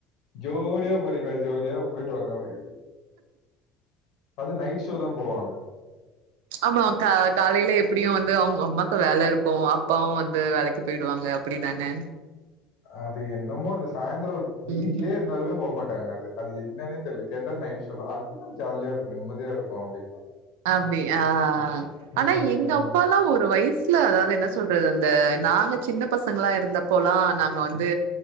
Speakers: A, on the left (about 60°); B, on the right (about 70°).
A: ஜோடியா போறீங்ளா ஜோடியா போயிட்டு வாங்க அப் அது நைட் ஷோ தா போவாங்க
B: ஆமா கா காலைல எப்டியு வந்து அவுங்க அம்மாக்கு வேல இருக்கு அப்பாவு வந்து வேலைக்கு போயிடுவாங்க அப்டி தானே
A: அது என்னமோ அது சாய்ந்ரோ வீட்லயே
B: ம்
A: இருந்தாலுமே போ மாட்டாங்க அது அது என்னன்னே தெர்ல கேட்டா நைட் ஷோ தா அதுதா ஜாலியா இருக்கு நிம்மதியா இருக்கு அப்டின்வாங்க
B: அப்டி ஆ ஆ
A: ம்.
B: ஆனா எங்க அப்பால்லா ஒரு வயச் ல அதாவது என்ன சொல்றது அந்த நாங்க சின்ன பசங்களா இருந்தப்போலா நாங்க வந்து